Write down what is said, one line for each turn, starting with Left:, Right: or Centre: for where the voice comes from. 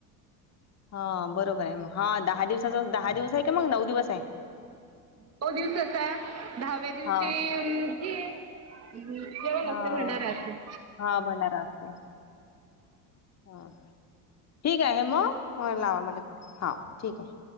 Left: हा बरोबर आहे मग. हा दहा दिवसाचा, दहा दिवस आहे की, मग नऊ दिवस आहे?
Right: <unintelligible> दिवसाचा, दहाव्या दिवशी
Left: हा
Right: अं हे जेवणं
Left: हा
Right: असते भंडारा असतो.
Left: हा भंडारा असते. हा, ठीक आहे मग. लावा मला फोन. हा, ठीक आहे.